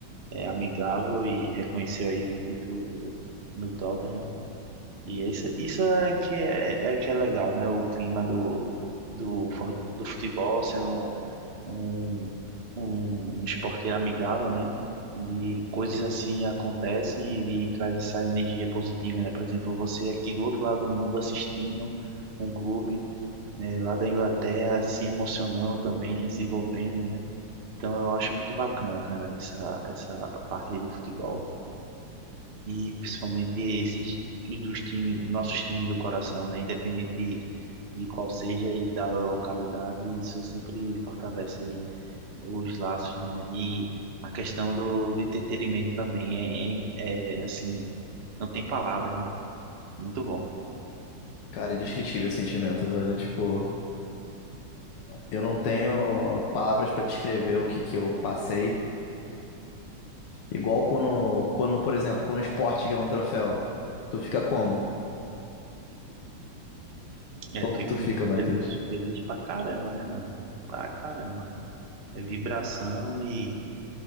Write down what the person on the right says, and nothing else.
é, amigável e reconheceu aí o título do, do Tottenham. E isso, isso é que é, é é que é legal, né? O clima do, do, fu- do futebol sendo um, um, um esporte amigável, né? Onde coisas assim acontecem e, e traz essa energia positiva, né? Por exemplo, você aqui do outro lado do mundo assistindo um clube né, lá da Inglaterra se emocionando também, se envolvendo, né? Então eu acho muito bacana, cara, essa, essa parte aí do futebol. E principalmente esses dos times, nossos times do coração, né? Independente de qual seja e da localidade, isso sempre fortalece aí os laços, né? E a questão do, do entretenimento também é, é, é, assim, não tem palavras, né? Muito bom.
É,
fico
feliz, feliz pra caramba, né, mano? Pra caramba. É vibração e,